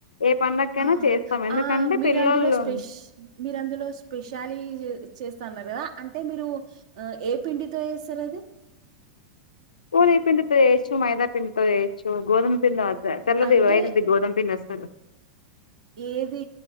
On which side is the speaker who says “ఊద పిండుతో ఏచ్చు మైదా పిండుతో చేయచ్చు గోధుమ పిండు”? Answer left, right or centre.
Left